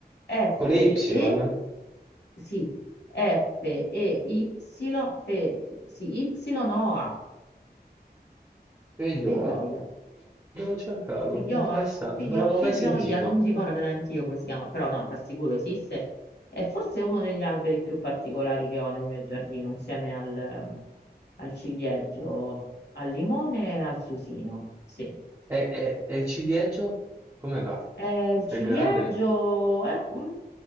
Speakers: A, on the left (about 80°); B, on the right (about 20°).
A: F
B: Con le Y?
A: E sì, F E Y, Fe- sì, Y O A,
B: Feioa.
A: Peioia.
B: Devo cercarlo,
A: Feijoa?
B: interessante,
A: Feio-
B: non l'avevo
A: Feijoia,
B: mai sentito.
A: non mi ricordo neanche io come si chiama, però no, ti assicuro esiste. È forse uno degli alberi più particolari che ho nel mio giardino, insieme al, al ciliegio, al limone e al susino. Sì.
B: E, e- e il ciliegio? Come va?
A: Eh, il ciliegio
B: È grande?
A: eh, mm,